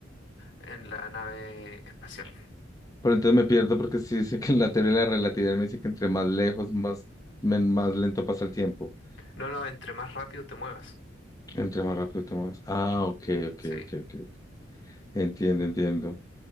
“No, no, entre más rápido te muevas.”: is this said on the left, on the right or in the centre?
Left